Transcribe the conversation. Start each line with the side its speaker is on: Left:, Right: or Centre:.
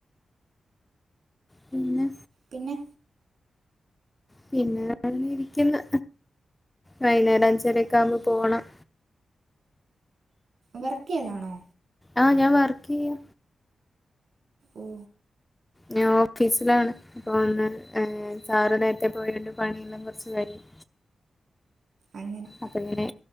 Left: പിന്നെ
Right: പിന്നെ
Left: പിന്നെ അങ്ങിരിക്കുന്ന് വൈന്നേരം അഞ്ചരക്കാവുമ്പോ പോണം
Right: വർക്കയ്യലാണോ
Left: ആഹ് ഞാൻ വർക്ക് ചെയ്യാ
Right: ഓ
Left: ഞാൻ ഓഫീസിലാണ് അപ്പൊ ഒന്ന് സാറ് നേരത്തെ പോയോണ്ട് പണിയെല്ലാം കുറച്ച് കഴിയും
Right: അങ്ങനെ
Left: അപ്പ ഇങ്ങനെ